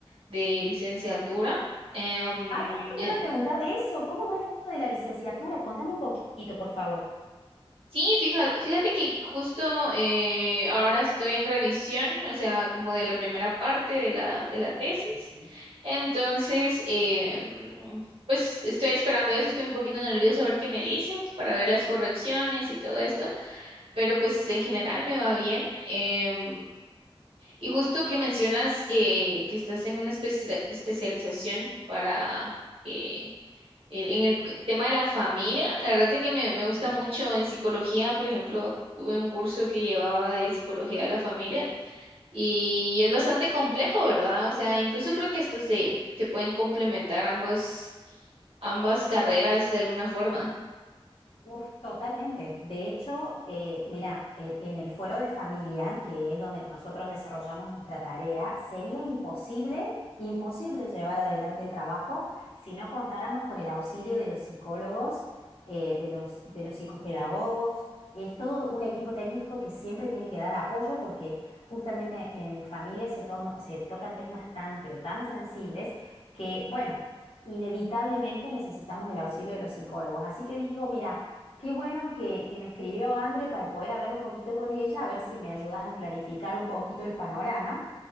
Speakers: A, on the right; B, on the left.
A: de licenciatura. Em,
B: Ay, justo te iba a preguntar de eso. ¿Cómo va lo de la licenciatura? Contame un poquito, por favor.
A: Sí, fíjate, fíjate que justo eh, ahora estoy en revisión, o sea, como de la primera parte de la, de la tesis.
B: Ujú,
A: Entonces, eh, mm, pues estoy esperando eso, estoy un poquito nerviosa a ver qué me dicen para ver las correcciones y todo esto, pero pues en general me va bien. Em, y justo que mencionas que, que estás en una especia- especialización para... eh, eh, En el c- tema de la familia, la verdad es que me, me gusta
B: ujú.
A: mucho en psicología, por ejemplo, tuve un curso que llevaba de psicología de la familia y es bastante complejo, ¿verdad? O sea, incluso creo que esto se, se pueden complementar ambas ambas carreras de alguna forma.
B: Uf, totalmente. De hecho, eh, mira, e- en el fuero de familia, que es donde nosotros desarrollamos nuestra tarea, sería imposible, imposible llevar adelante el trabajo si no contáramos con el auxilio de los psicólogos, eh, de los, de los psicopedagogos. Es todo un equipo técnico que siempre tiene que dar apoyo porque justamente en familia se toma- se tocan temas tan, pero tan sensibles que, bueno, inevitablemente necesitamos el auxilio de los psicólogos. Así que digo, mira, Qué bueno que, que me escribió Andre para poder hablar un poquito con ella, a ver si me ayudas a clarificar un poquito el panorama.